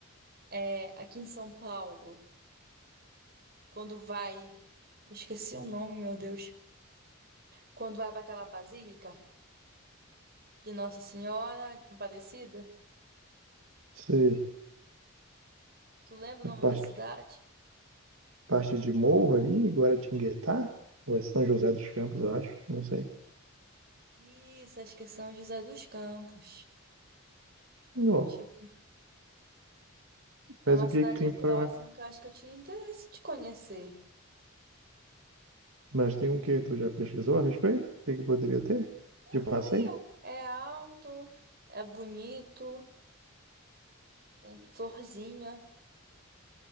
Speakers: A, on the right; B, on the right.
A: É, aqui em São Paulo, quando vai. eu Esqueci o nome, meu Deus. Quando vai para aquela basílica de Nossa Senhora Aparecida,
B: Sei.
A: tu lembra o nome
B: A parte
A: da cidade?
B: parte de Morro ali, Guaratinguetá, ou é São José dos Campos, eu acho, não sei.
A: Isso, acho que é São José dos Campos.
B: Não.
A: Tipo, é
B: Mas
A: uma
B: o
A: cidade
B: que que tem
A: próxima
B: para lá?
A: que eu acho que eu tinha interesse de conhecer.
B: Mas tem o que? Tu já pesquisou a respeito? O que que poderia ter?
A: É
B: De passeio?
A: frio, é alto, é bonito, tem florzinha.